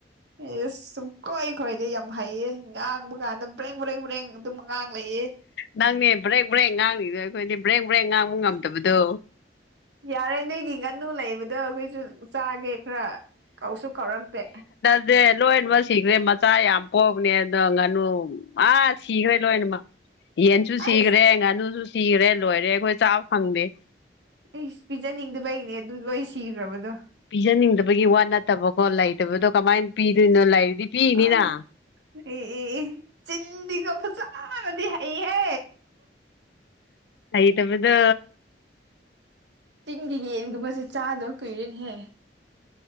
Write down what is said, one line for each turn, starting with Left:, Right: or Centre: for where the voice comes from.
Right: ꯑꯦꯁ ꯁꯨꯝ ꯀꯣꯏ ꯀꯣꯏꯗꯩ ꯌꯥꯝ ꯍꯩꯌꯦ ꯉꯥꯡꯕ ꯀꯥꯟꯗ ꯕ꯭ꯔꯦꯡ ꯃꯔꯦꯡ ꯃꯔꯦꯡ ꯑꯗꯨꯝ ꯑꯍꯥꯡ ꯂꯩꯑꯦ
Left: ꯅꯪꯅꯦ ꯕ꯭ꯔꯦꯛ ꯕ꯭ꯔꯦꯛ ꯉꯥꯡꯂꯤꯗꯣ ꯑꯩꯈꯣꯏꯗꯤ ꯕ꯭ꯔꯦꯛ ꯕ꯭ꯔꯦꯛ ꯉꯥꯡꯕ ꯉꯝꯗꯕꯗꯣ
Right: ꯌꯥꯔꯦ ꯅꯣꯏꯒꯤ ꯉꯥꯟꯅꯨ ꯂꯩꯕꯗꯣ ꯑꯩꯈꯣꯏꯁꯨ ꯆꯥꯒꯦ ꯈꯔ ꯀꯧꯁꯨ ꯀꯧꯔꯛꯇꯦ
Left: ꯇꯦ ꯂꯣꯏꯅꯃꯛ ꯁꯤꯈ꯭ꯔꯦ ꯃꯆꯥ ꯌꯥꯝ ꯄꯣꯛꯅꯦ ꯑꯗꯣ ꯉꯥꯅꯨ ꯑꯥ ꯁꯤꯈ꯭ꯔꯦ ꯂꯣꯏꯅꯃꯛ
Right: <inaudible>
Left: ꯌꯦꯟꯁꯨ ꯁꯤꯈ꯭ꯔꯦ
Right: ꯑꯁ
Left: ꯉꯥꯅꯨꯁꯨ ꯁꯤꯈ꯭ꯔꯦ ꯂꯣꯏꯔꯦ ꯑꯩꯈꯣꯏ ꯆꯥꯕ ꯐꯪꯗꯦ
Right: ꯑꯩꯁ ꯄꯤꯖꯅꯤꯡꯗꯕꯩꯅꯦ ꯑꯗꯨ ꯂꯣꯏ ꯁꯤꯈ꯭ꯔꯕꯗꯣ
Left: ꯄꯤꯖꯅꯤꯡꯗꯕꯒꯤ ꯋꯥꯠ ꯅꯠꯇꯕꯀꯣ ꯂꯩꯇꯕꯗꯣ ꯀꯃꯥꯏꯅ ꯄꯤꯗꯣꯏꯅꯣ ꯂꯩꯔꯤꯗꯤ ꯄꯤꯔꯤꯅꯤꯅ
Right: ꯑꯥꯎ ꯑꯦ ꯆꯤꯟꯗꯤꯒ ꯐꯖꯥꯅꯗꯤ ꯍꯩꯍ
Left: ꯍꯩꯇꯕꯗꯣ
Right: ꯆꯤꯡꯒꯤ ꯌꯦꯟꯒꯨꯝꯕꯁꯦ ꯆꯥꯗꯕ ꯀꯨꯏꯔꯦꯅꯍꯦ